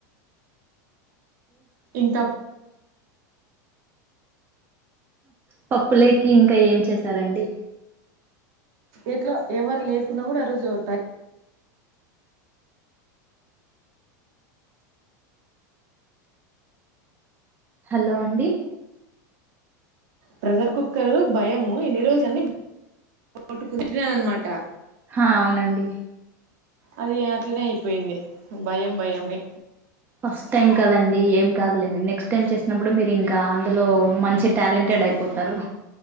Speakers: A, on the right (about 60°); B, on the right (about 20°).
A: ఇంత
B: పప్పులే కి ఇంకా ఏం చేసారండి
A: ఇట్లో ఎవరు లేకున్నా కూడా ఆ రోజు టై
B: హలో అండి
A: ప్రెషర్ కుక్కర్ భయము ఎన్ని రోజులనీ <inaudible> అన్నమాట
B: హా అవునండి
A: అది అట్లనే అయిపోయింది భయం భయమే
B: ఫస్ట్ టైం కదండి ఏం కాదులేండి నెక్స్ట్ టైం చేసినప్పుడు మీరు ఇంకా అందులో మంచి టాలెంటెడ్ అయిపోతారు